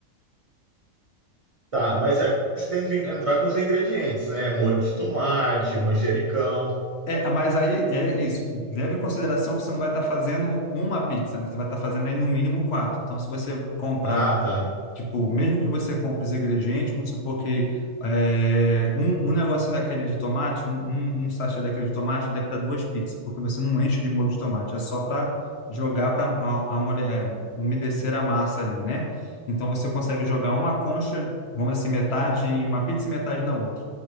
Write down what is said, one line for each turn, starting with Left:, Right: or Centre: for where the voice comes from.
Right: tá, mas aí você tem que vir- entrar com os ingredientes, né? Molho de tomate, manjericão.
Left: É, mas aí é isso. Leve em consideração que você não vai estar fazendo uma pizza, né? Você vai estar fazendo aí no mínimo quatro. Então, se você comprar,
Right: Ah, tá.
Left: tipo, mesmo que você compre os ingredientes, vamos supor que é, um, um negocinho daquele de tomate, um, um, um sachê daquele de tomate, dê para duas pizzas, porque você não enche de molho de tomate, é só para jogar para a, a mulher umedecer a massa ali, né? Então, você consegue jogar uma concha, vamos dizer assim, metade em uma pizza e metade na outra.